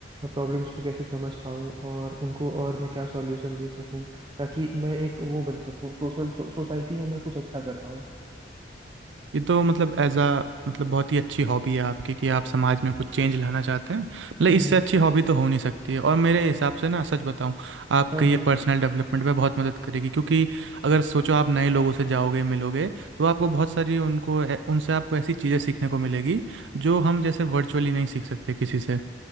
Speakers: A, on the right (about 25°); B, on the right (about 80°).
A: प्रॉब्लम्स को कैसे समझ पाऊँ और उनको और मैं क्या सॉल्यूशन दे सकूँ ताकि मैं एक वो बन सकूँ सोशल सोसाइटी में मैं कुछ अच्छा कर पाऊँ
B: ये तो मतलब एज अ मतलब बहुत ही अच्छी हॉबी है आपकी कि आप समाज में कुछ चेंज लाना चाहते हैं मतलब
A: हम्म
B: इससे अच्छी हॉबी तो हो नहीं सकती है और मेरे हिसाब से ना सच बताऊं आपके
A: हाँ
B: ये
A: हाँ
B: पर्सनल डेवलपमेंट में बहुत मदद करेगी क्योंकि अगर सोचो आप नए लोगों से जाओगे मिलोगे तो आपको बहुत सारी उनको ए- उनसे आपको ऐसी चीज़ें सीखने को मिलेगी जो हम जैसे वर्चुअली नहीं सीख सकते किसी से